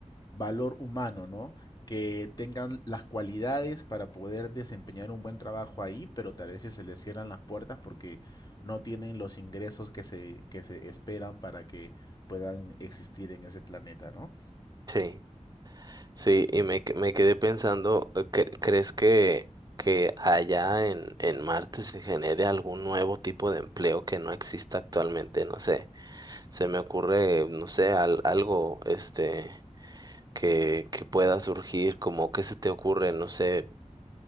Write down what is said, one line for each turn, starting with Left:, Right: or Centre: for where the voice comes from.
Left: valor humano, ¿no? Que tengan las cualidades para poder desempeñar un buen trabajo ahí, pero tal vez si se les cierran las puertas porque no tienen los ingresos que se, que se esperan para que puedan existir en ese planeta, ¿no?
Right: sí. Sí,
Left: Sí.
Right: y
Left: amén.
Right: me, que- me quedé pensando, eh, cre- ¿crees que, que allá en, en Marte se genere algún nuevo tipo de empleo que no exista actualmente? No sé, se me ocurre, no sé, al- algo este que, que pueda surgir, como qué se te ocurre, no sé,